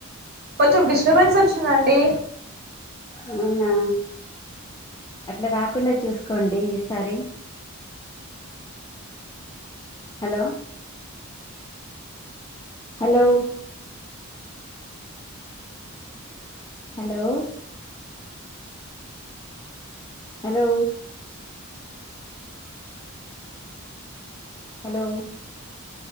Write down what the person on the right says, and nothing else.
కొంచెం డిస్టబెన్స్ వచ్చిందండి